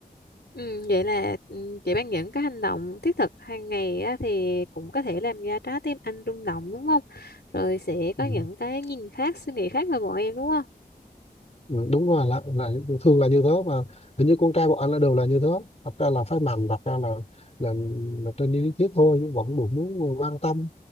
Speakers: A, on the left; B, on the left.
A: Ừ, vậy là ừ, chị Ban những cái hành động thiết thực hàng ngày á, thì cũng có thể làm ra trái tim anh rung động đúng không? Rồi sẽ có
B: Ừ.
A: những cái nhìn khác, suy nghĩ khác về bọn em đúng không?
B: Ừ, đúng rồi là, là thường là như thế và hình như con trai bọn anh là đều là như thế thật ra là phải mạnh thật ra là là, là trên lý thuyết thôi nhưng vẫn được muốn quan tâm